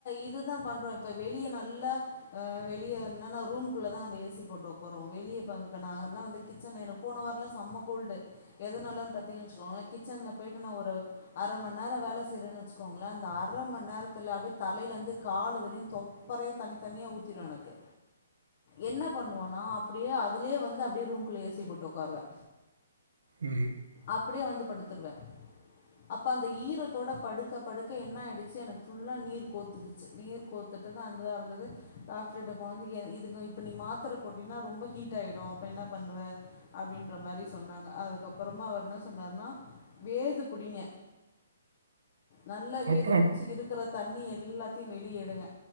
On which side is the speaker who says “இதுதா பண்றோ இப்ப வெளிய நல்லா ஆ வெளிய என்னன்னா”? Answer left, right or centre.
Left